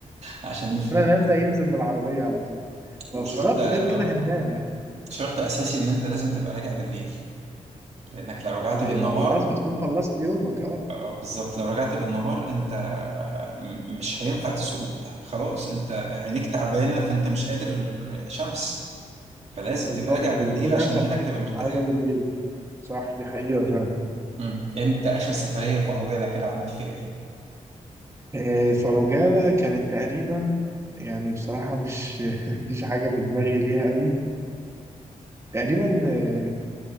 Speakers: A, on the right (about 55°); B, on the right (about 20°).
A: عشان يفوق
B: انا نام ده ينزل من العربيه على طول
A: وشرط
B: ما بالظبط
A: اه
B: غير كده هننام يعني
A: شرط اساسي ان انت لازم تبقى راجع بالليل لانك لو رجعت
B: ب-
A: بالنهار
B: ما هو خلاص بتكون خلصت يومك اه
A: اه بالظبط لو رجعت بالنهار انت م- مش هينفع تسوق خلاص انت عينيك تعبانة فانت مش قادر شمس فلازم
B: بالظبط
A: تبقى راجع بالليل
B: فبيكون
A: عشان
B: انسب
A: عينك تبقى مرتاحة
B: حاجه بالليل صح دي حقيقه فعلا
A: امم انت اخر سفرية في عجالة كده عملت فيها ايه
B: آه، فعجالة كانت تقريبا يعني بصراحة مش <laughs> مفيش حاجة في دماغي ليها قوي تقريبا آه،